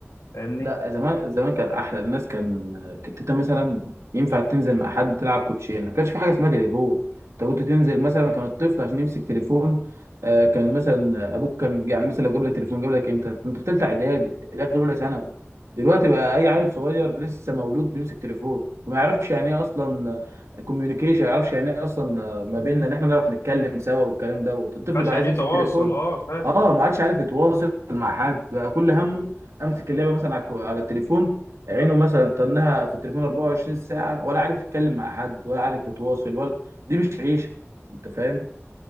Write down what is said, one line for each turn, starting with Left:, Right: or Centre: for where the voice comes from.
Left: فاهمني
Right: لا زمان زمان كان احلى الناس كان كنت انت مثلا ينفع تنزل مع حد تلعب كوتشينه ما كانش في حاجه اسمها تليفون انت كنت تنزل مثلا كان الطفل عشان يمسك تليفون آه، كان مثلا آه، ابوك كان يعني مثلا لو جاب لك تليفون جاب لك امتى كنت في ثالثه اعدادي داخل اولى ثانوي دلوقتي بقى اي عيل صغير لسه مولود بيمسك تليفون وما يعرفش يعني ايه اصلا كوميونيكيشن ما يعرفش يعني ايه اصلا آه، ما بيننا ان احنا نعرف نتكلم سوا والكلام دوت الطفل
Left: مينفعش
Right: بقى
Left: يعني
Right: عايز
Left: إيه
Right: يمسك
Left: تواصل
Right: تليفون
Left: أه فاهم
Right: اه ما عادش عارف يتواصل مع حد بقى كل همه امسك اللعبه مثلا على الكو- على التليفون عينه مثلا تنها في التليفون 24 ساعه ولا عارف يتكلم مع حد ولا عارف يتواصل ولا دي مش عيشه انت فاهم